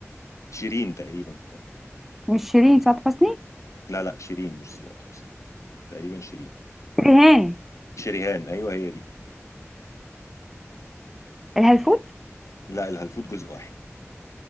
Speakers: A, on the left; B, in the centre.
A: شيرين تقريبا كان
B: مش شيرين سعاد حسني
A: لا لا شيرين مش سعاد حسني تقريبا شيرين
B: شريهان
A: شريهان ايوه هي دي
B: الهلفوت
A: لا الهلفوت جزء واحد